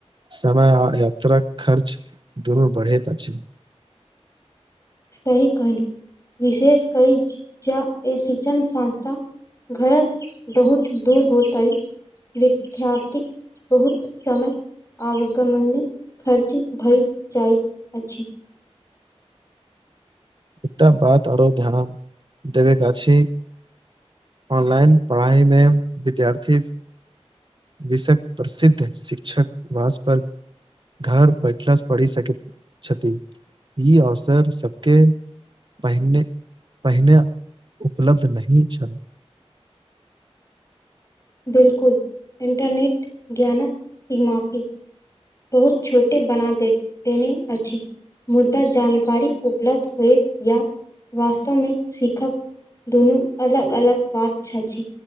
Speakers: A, on the right (about 45°); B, on the left (about 30°).
A: समय आ यात्रा खर्च दुनु बढ़ैत अछि।
B: सहि कहलू विशेष कहि जा ए शिक्षन संस्था घरस बहुत दूर होतै विद्यार्थीक बहुत समय आवगमण खर्च भए जाइत अछि,
A: एकटा बात आरो ध्यान देबे के अछि। ऑनलाइन पढ़ाई मे विद्यार्थी विषयक प्रसिद्ध शिक्षक वासपर घर बैठला स बढ़ि सकैत छथि ई अवसर सबके पहिने पहिने उपलब्ध नहि छल।
B: बिल्कुल इंटरनेट ज्ञानक दिमा के बहुत छोटे बना देत देने अछि। मुदा जानकारी उपलब्ध होएब या वास्तवमे सिखब दुनु अलग - अलग बात छथि।